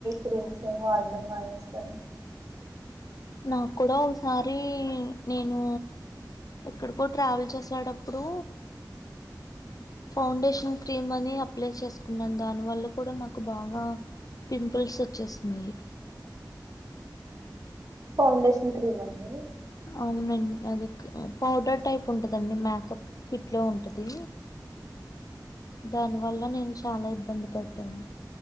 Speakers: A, on the right (about 50°); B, on the left (about 55°).
A: క్రీమ్స్ ఏమి వాడడం మానేస్తాను
B: నాకు కూడా ఒకసారి నేను ఎక్కడికో ట్రావెల్ చేసేటప్పుడు ఫౌండేషన్ క్రీమ్ అని అప్లే చేసుకున్నాను దానివల్ల కూడా నాకు బాగా పింపుల్స్ వచ్చేస్తునాయి
A: ఫౌండేషన్ క్రీమ్ అండి
B: అవునండి అది పౌడర్ టైప్ ఉంటదండి మ్యాక్ <inaudible> ఇంట్లో ఉంటది దా వల్ల నేను చాలా ఇబ్బంది పడ్డాను